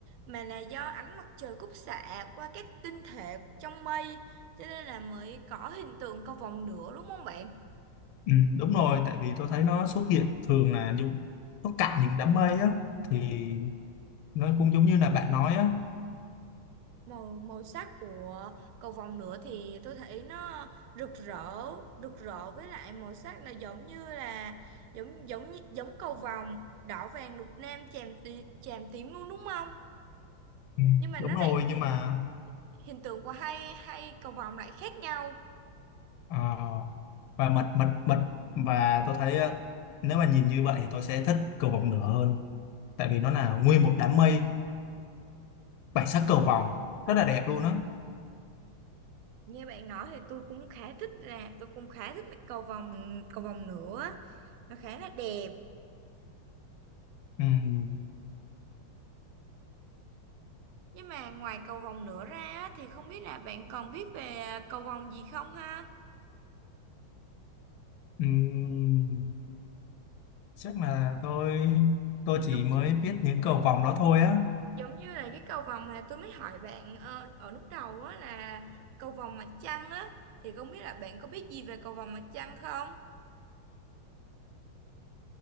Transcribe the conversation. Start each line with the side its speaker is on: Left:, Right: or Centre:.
Right: mà là do ánh mặt trời khúc xạ qua các tinh thể trong mây cho nên là mới có hiện tượng cầu vồng nữa đúng không bạn?
Left: ừ, đúng rồi tại vì tôi thấy nó xuất hiện thường là dùng nó cạn những đám mây á thì nó cũng giống như là bạn nói á
Right: màu màu sắc của cầu vồng nữa thì tôi thấy nó rực rỡ rực rỡ với lại màu sắc là giống như là giống giống như- giống cầu vồng đỏ vàng lục lam chàm tí, chàm tím luôn đúng không
Left: Ừ,
Right: nhưng mà
Left: đúng
Right: nó
Left: rồi
Right: lại hiện
Left: nhưng mà
Right: hiện tượng của hai hai cầu vồng lại khác nhau
Left: Ờ, và mật mật mật và tôi thấy ờ, nếu mà nhìn như vậy thì tôi sẽ thích cầu vồng lửa hơn tại vì nó là nguyên một đám mây bảy sắc cầu vồng rất là đẹp luôn á
Right: nghe bạn nói thì tôi cũng khá thích là tôi cũng khá thích cầu vồng cầu vồng nữa nó khá là đẹp
Left: Ừm,
Right: nhưng mà ngoài cầu vồng nữa ra á, thì không biết là bạn còn biết về cầu vồng gì không ha
Left: ừm, chắc là tôi tôi
Right: Đúng
Left: chỉ mới biết những cầu vồng đó thôi á
Right: giống như là cái cầu vồng mà tôi mới hỏi bạn ờ, ở lúc đầu á là cầu vồng mặt trăng á thì không biết là bạn có biết gì về cầu vồng mặt trăng không?